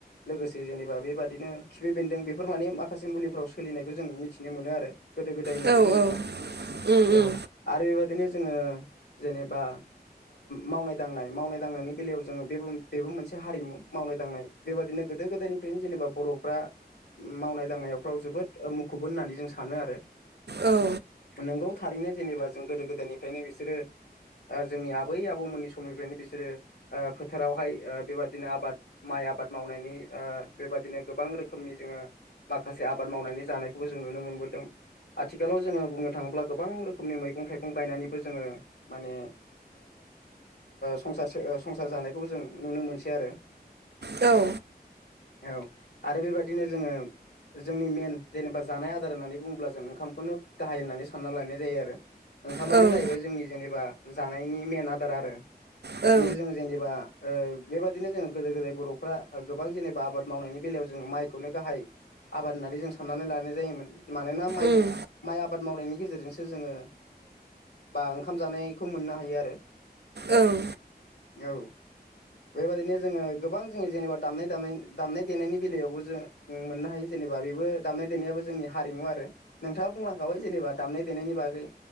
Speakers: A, on the left; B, on the right.
A: लोगोसे जेनेबा बेबादिनो खिफि बेन्दों बेफोर माने माखासे मुलिफ्राव सोलिनायखौ जों मिथिनो मोनो आरो। गोदो गोदाय होननानै
B: औ औ
A: बुङोब्ला
B: ओं उम
A: औ आरो बेबायदिनो जोङो जेनेबा। मावनाय दांनाय मावनाय दांनायनि बेलायाव जोङो बेबो बेबो मोनसे हारिमु मावनाय दांनाय। बेबादिनो गोदो गोदायनिफ्रायनो जेनेबा बर'फ्रा मावनाय दांनायफ्राव जोबोद मुखुबबो होननानै जों सानो आरो।
B: ओं
A: नोंगौ थारैनो जेनेबा जों गोदो गोदायनिफ्रायनो बिसोरो जोंनि आबै आबौमोननि समनिफ्रायनो बिसोरो फोथारावहाय बेबादिनो आबाद माइ आबाद मावनायनि बेबादिनो गोबां रोखोमनि जोङो माखासे आबाद मावनानै जानायखौबो जों नुनो मोनबोदों आथिखालाव जोङो बुंनो थाङोब्ला गोबां रोखोमनि मैगं थाइगं। फं गायनानैबो जोङो माने संसारो संसार जानायखौबो जों नुनो मोनसै आरो
B: औ
A: औ आरो बेबायादिनो जोङो। जोंनि मेन जेनेबा जानाय आदार होननानै बुङोब्ला जों ओंखामखौनो गाहाय होननानै सानना लायनाय जायो आरो। ओंखामानो
B: उम
A: जाहैबाय जोंनि जेनेबा जानायनि मेन आदार आरो
B: उम औ ओं
A: बे जों जेनेबा। बेबादिनो जोङो गोदो गोदाय बर'फ्रा गोबां जेनेबा आबाद मावनायनि बेलायाव जोङो माइखौनो गाहाय आबाद होननानै जों साननानै लानाय जायोमोन मानोना माइ
B: उम
A: माइ आबाद मावनायनि गेजेरजोंसो जोङो बा ओंखाम जानायखौ मोननो हायो आरो
B: ओं।
A: औ। बेबायदिनो जोङो गोबां जोङो जेनेबा दामनाय द दामनाय देनायनि बेलायावबो जो मोननो हायो जेनेबा बेबो दामनाय देनायाबो जोंनि हारिमु आरो नोंथाङा बुंलांखाबाय जेनेबा दामनाय देनायनि बागै